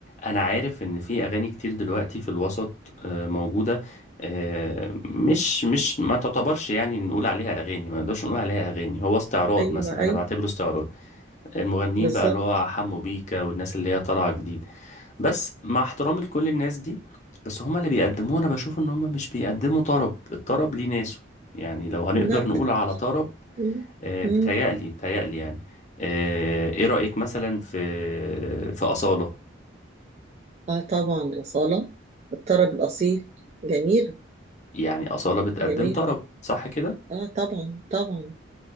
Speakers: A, on the left; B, on the right.
A: انا عارف ان في اغاني كتير دلوقتي في الوسط آه، موجودة آه، مش مش ما تعتبرش يعني نقول عليها اغاني ما نقدرش نقول عليها اغاني هو استعراض
B: ايوه
A: مثلا
B: ايوه
A: انا بعتبره استعراض المغنيين
B: بالظبط
A: بقى اللي هو حمو بيكا والناس اللي هي طالعة جديد بس مع احترامي لكل الناس دي بس هما اللي بيقدموه انا بشوف ان هما مش بيقدموا طرب الطرب ليه ناسه يعني لو هنقدر
B: لا
A: نقول على طرب
B: مم،
A: آه،
B: مم.
A: بتهيألي بتهيألي يعني آه، ايه رأيك مثلا في في أصالة
B: اه طبعا أصالة الطرب الأصيل جميل
A: يعني أصالة بتقدم
B: جميل
A: طرب صح كده
B: اه طبعا طبعا